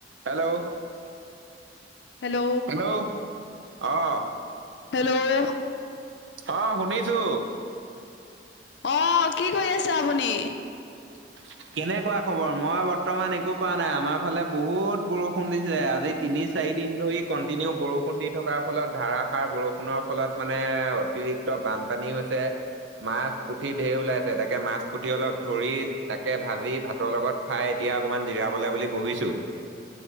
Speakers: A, on the right; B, on the left.
A: Hello
B: hello.
A: Hello, অ'।
B: Hello.
A: অ', শুনিছো।
B: অ', কি কৰি আছে আপুনি?
A: <unintelligible> কেনেকুৱা খবৰ? মই বৰ্তমান একো কৰা নাই, আমাৰ ফালে বহুত বৰষুণ দিছে আজি। তিনি চাৰিদিন ধৰি কণ্টিনিউ বৰষুণ দি থকাৰ ফলত ধাৰাসাৰ বৰষুণৰ ফলত মানে অতিৰিক্ত বানপানী হৈছে, মাছ পুঠি ঢেৰ ওলাইছে তাকে মাছ পুঠি অলপ ধৰি তাকে ভাজি ভাতৰ লগত খাই, এতিয়া অকণমান জিৰাবলৈ বুলি বহিছোঁ।